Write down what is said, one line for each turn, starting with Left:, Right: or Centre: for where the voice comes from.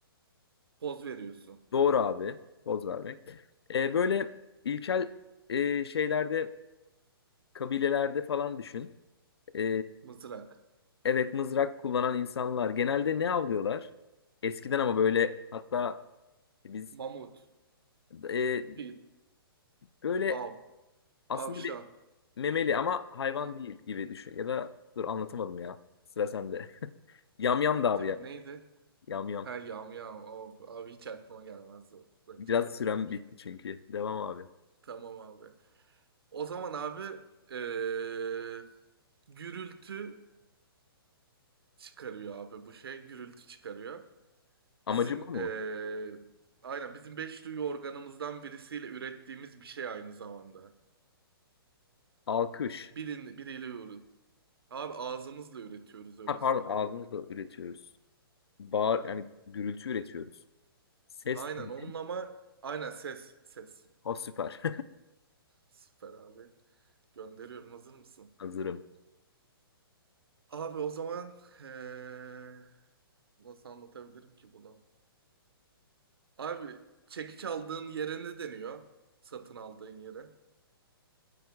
Right: Poz veriyorsun.
Left: Doğru abi. Poz vermek. Ee, böyle ilkel e, şeylerde kabilelerde falan düşün. Ee,
Right: Mızrak.
Left: evet mızrak kullanan insanlar genelde ne avlıyorlar? Eskiden ama böyle hatta biz
Right: Mamut.
Left: e,
Right: Fil.
Left: böyle
Right: Av.
Left: aslında
Right: Tavşan.
Left: Memeli ama hayvan
Right: Ha,
Left: değil gibi düşün. Ya da dur anlatamadım ya. Sıra sende. <laughs> Yamyam
Right: bitti
Left: da abi
Right: mi?
Left: ya.
Right: Neydi?
Left: Yamyam.
Right: Ha yamyam. Of, abi hiç aklıma gelmezdi o. Ulan
Left: Biraz
Right: Hiç yaklaşmamış.
Left: sürem bitti çünkü. Devam abi.
Right: Tamam abi. O zaman abi eee, gürültü çıkarıyor abi bu şey. Gürültü çıkarıyor.
Left: Amacı
Right: Bizim
Left: bu mu?
Right: eee, aynen bizim beş duyu organımızdan birisiyle ürettiğimiz bir şey aynı zamanda.
Left: Alkış.
Right: Birin, biriyle Abi ağzımızla üretiyoruz öyle
Left: Ha pardon
Right: söyleyeyim.
Left: ağzımızla üretiyoruz. Bağır
Right: Hı hı.
Left: yani gürültü üretiyoruz. Ses
Right: Aynen
Left: değil.
Right: onun ama aynen ses ses.
Left: O süper.
Right: Süper abi. Gönderiyorum hazır mısın?
Left: <laughs> Hazırım.
Right: Abi o zaman eee, nasıl anlatabilirim ki bunu? Abi çekiç aldığın yere ne deniyor? Satın aldığın yere.